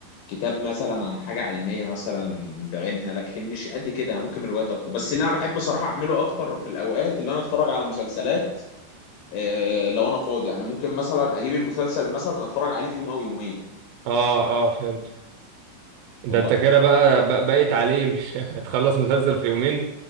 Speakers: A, on the left; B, on the right.
A: كتاب مثلا عن حاجة علمية مثلا بعينها لكن مش قد كده يعني ممكن روايات اكتر بس اللي انا بحب صراحة اعمله اكتر الاوقات اللي انا اتفرج على مسلسلات آه، لو انا فاضي يعني ممكن مثلا اجيب المسلسل مثلا اتفرج عليه في يوم او يومين
B: اه اه فهمت ده
A: والله
B: انت كده بقى بق- بايت عليه مش <laughs> هتخلص مسلسل في يومين